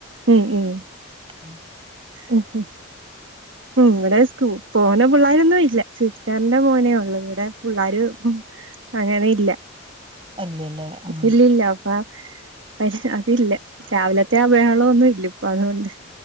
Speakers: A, on the right; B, on the right.
A: ഉം ഉം
B: <inaudible>
A: ഓഹ ഉ ഇവിടെ സ്കൂ പോണേ പിള്ളോരൊന്നും ഇല്ല സിസ്റ്ററിന്റെ മോനെ ഉള്ളൂ ഇവിടെ പിള്ളേർ ഉം അങ്ങനെ ഇല്ല
B: ഇല്ലല്ലേ ആഹ്
A: ഇല്ലല്ല അപ്പാ പക്ഷെ അതില്ല രാവിലത്തെ ആ ബഹള ഒന്നും ഇല്ല ഇപ്പൊ അതുകൊണ്ട്